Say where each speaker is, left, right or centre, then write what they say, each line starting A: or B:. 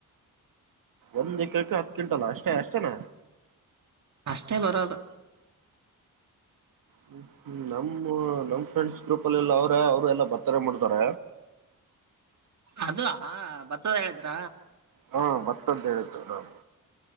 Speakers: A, on the right; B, on the right.
A: ಒಂದ್ ಎಕರೆಕ ಹತ್ತು ಕಿಂಟಲ್ ಅಷ್ಟೇ ಅಷ್ಟೇನ.
B: ಅಷ್ಟೇ ಬರೋದು.
A: ಹ್ ಹ್ಮ್ ನಮ್ಮ ನಮ್ ಫ್ರೆಂಡ್ಸ್ ಗ್ರೂಪ್ ಅಲ್ಲಿ ಎಲ್ಲ ಅವ್ರ ಅವ್ರು ಎಲ್ಲಾ ಭತ್ತಾನೆ ಮಾಡ್ತಾರ.
B: ಅದು ಆ ಭತ್ತದ್ ಹೇಳಿದ್ರ.
A: ಹಾ ಭತ್ತಂತ್ ಹೇಳಿತ್ತು ರಾಮ್